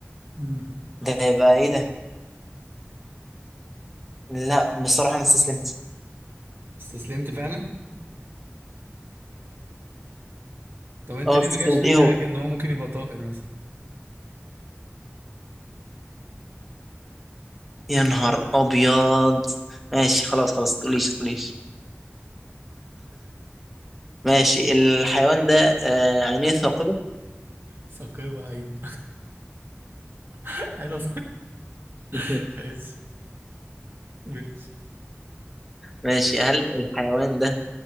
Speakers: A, on the right; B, in the centre.
A: امم
B: ده هيبقى ايه ده لا بصراحه انا استسلمت
A: استسلمت فعلا طب انت
B: اه
A: ليه
B: استسلمت
A: ما جاش في دماغك
B: ايه هو
A: ان هو ممكن يبقى طائر مثلا
B: يا نهار ابيض ماشي خلاص خلاص ما تقوليش ما تقوليش ماشي الحيوان ده آه عينيه ثاقبه
A: ثقيبة أيوه <laughs> حلو
B: <laughs>
A: <laughs> ماشي ماشي
B: ماشي هل الحيوان ده